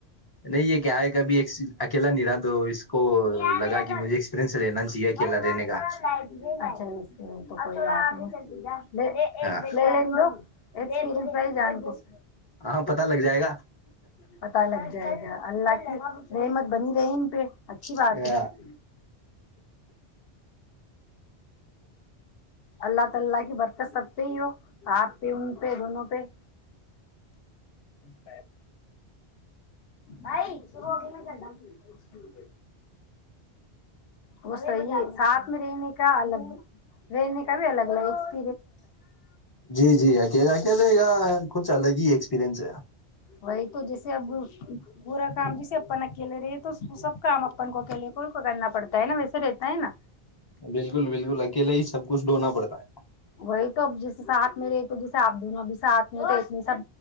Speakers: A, on the left; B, on the left.
A: نہیں یہ کیا ہے کبھی ایک اکیلا نہیں رہا دو اس کو
B: ن میرلاا
A: لگا کہ
B: گ
A: مجھے
B: ن
A: ایکسپیرئنس لینا چاہیے اکیلا
B: ب تھڑا
A: رہنے کا
B: تور ل <unintelligible> تو کوئی آ نہیں مے
A: ہاں
B: ایک گن ایکپ جانتی <unintelligible>
A: ہاں پتا لگ جائے
B: پتا لگ جائے گا اللہ کی رحمت بنی رہی ج <unintelligible> اچھی بات
A: گا
B: ہے اللہ تعاللہ کی برکت سکتے ہی ہو آپ پہ ان پہ دونوں پہ <unintelligible> بھائی شروع ہوگ میں چل وہ صی ہے ساتھ میں رہنے کا الگ رہنے کا بھی الگ الگ ایک
A: جی جی اکیلے اکیلے یا کچھ الگ ہی ہے سپرینس ہے
B: وہی تو جیسے اب پورا کام جیسے اپن اکیلے رہے تو سب کام اپن کو اکیلے کو کرنا پڑتا ہے نا ویسے رہتا ہے نا
A: بالکل بالکل اکیلا ہی سب کچھ ڈھونا پڑتا ہے
B: وہی تو اب جس ساتھ میرے کو جیسے آپ دونوں بھی ساتھ میںتنی سب